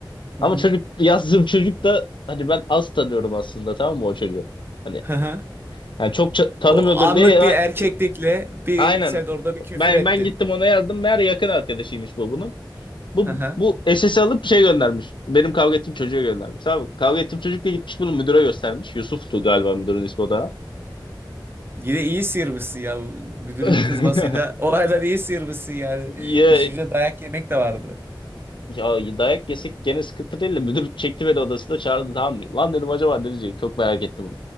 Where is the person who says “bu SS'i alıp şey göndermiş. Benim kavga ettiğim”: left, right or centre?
Left